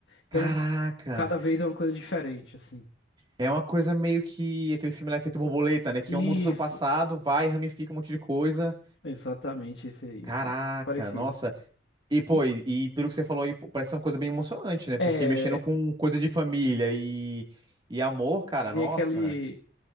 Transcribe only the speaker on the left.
Então,
cada vez é uma coisa diferente, assim.
Isso,
exatamente esse aí,
cara. Parecido.
E,
é,
vem
aquele.